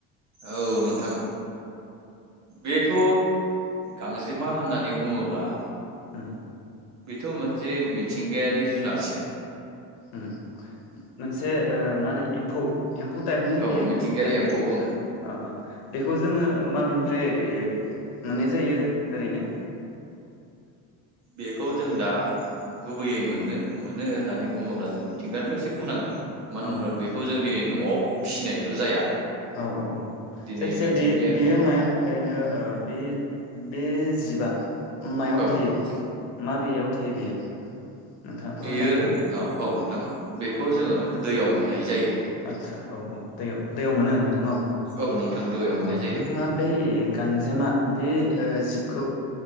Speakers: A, on the right; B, on the left.
A: औ नोंथां बेथ' गांजेमा होननानै बुङोब्ला
B: उम
A: बेथ' मोनसे मिथिंगायारि जुनारसो
B: उम मोनसे ओ मा होनो एम्फौ एम्फौ टाइपनि
A: औ
B: बेयो
A: मिथिंगायारि
B: एम्फौ टाइपनि जुनार
A: ओं
B: अ अ बेखौ जोङो माबेनि फ्राययो मोननाय जायो ओरैनो
A: बेखौ जों दा गुबैयै मोननो मोनो होननानै बुङोब्ला जों मिथिंगानिफ्रायसो बुंनांगोन। मानो
B: औ
A: होनोब्ला
B: औ
A: बेखौ जों दिनै न'आव फिसिनायथ' जाया
B: औ औ औ
A: दिनै
B: जायखिजाया
A: मिथिंगाया
B: बे बेयो माया ओरैनो ओ बे बे जिबा मायाव
A: औ
B: थायो माबेयाव थायो बेयो? नोंथाङा फोरमायनो
A: बेयो
B: हागोन ना
A: औ औ अ बेखौ जोङो दैयाव मोननाय जायो।
B: आदसा औ औ दैयाव दैयाव मोनो नोंथां न'
A: औ नोंथां दैयाव मोननाय
B: अ
A: जायो
B: नोंथाङा बै गांजेमा बे ओ जिबखौ